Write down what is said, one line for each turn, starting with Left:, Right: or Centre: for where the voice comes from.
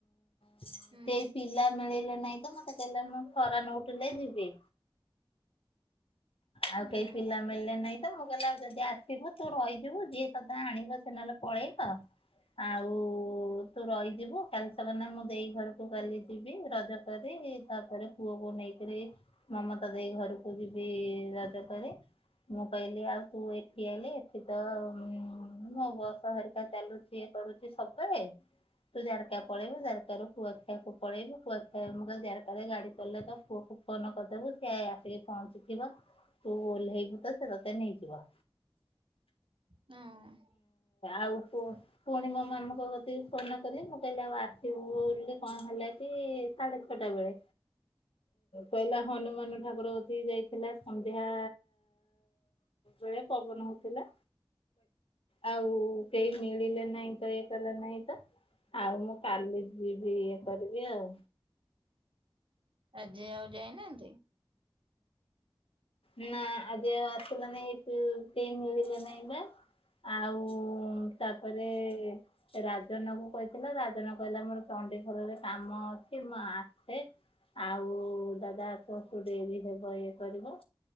Left: କେହି
Right: ହୁଁ
Left: ପିଲା ମିଳିଲେ ନାହିଁ ତ ମତେ କହିଲେ ମୁଁ ଖରା ନୋଉଟିଲେ ଯିବି। ଆଉ
Right: ହୁଁ
Left: କେହି ପିଲା ମିଳିଲେ ନେଇଁ ମୁଁ କହିଲି ଯଦି ଆସିବୁ ତୁ ରହିଯିବୁ ଯିଏ ତତେ ଆଣିବ ସିଏ ନହେଲେ ପଳେଇବ। ଆଉ ତୁ ରହିଯିବୁ କାଲି ସକାନେ ମୁଁ ଦେଇ ଘରକୁ କାଲି ଯିବି ରଜ କରି ତାପରେ ପୁଅକୁ ନେଇକିରି ମମତା ଦେଇ ଘରକୁ ଯିବ ବି ରାଜ ତରେ। ମୁଁ କହିଲି ଆଉ ତୁ ଏଠି ଆଇଲେ ଏଠି ତ ମୋ ବସ ହେରିକା ଚାଲୁଚି। ସିଏ କରୁଚି ସବୁବେଳେ। ତୁ ଜାରକା ପଳେଇବୁ ଜାରକାରୁ କୁଆଖିଆକୁ ପଳେଇବୁ କୁଆଖିଆ ମୁଁ କହିଲି ଜାରକା ରେ ଗାଡି ଚାଲଲେ ତ ପୁଅକୁ ଫୋନ କରଦୋବୁ ସିଆ ଆସିକି ପହଞ୍ଚି <unintelligible> ତୁ ଓହ୍ଲେଇବୁ ତ ସେ ତତେ ନେଇଯିବା।
Right: ହଁ।
Left: ଆଉ ପୁ ପୁଣି ମୋ ମାମୁଙ୍କ କତିକି ଫୋନ କଲି ମୁଁ କହିଲି ଆଉ ଆସିବୁ ବୋଲି କଣ ହେଲା କି ସାଢେ ଛଅଟା ବେଳେ କହିଲା ହନୁମାନ ଠାକୁର କତିକି ଯାଇ ଥିଲା ସନ୍ଧ୍ୟା ବେଳେ ପବନ ହଉଥିଲା। ଆଉ କେହି ମିଳିଲେ ନାହିଁ ତ ଇଏ କଲେ ନାହିଁ ତ ଆଉ ମୁଁ କାଲି ଯିବି ଇଏ କରିବି ଆଉ
Right: ଆଜି ଆଉ ଯାଇନାହାନ୍ତି?
Left: ନା ଆଜି ଆଉ ଆସିଲା ନାଇଁ କେହୀ ମିଳିଲା ନାହିଁ ବା। ଆଉ ତାପରେ ସେ ରାଜନଙ୍କୁ କହିଥିଲା ରାଜନ କହିଲା ମୋର ଚଣ୍ଡିଖୋଲରେ କାମ ଅଛି ମୁଁ ଆସେ ଆଉ ଦାଦା ଆସୁ ଡେରି ହେବ ଇଏ କରିବ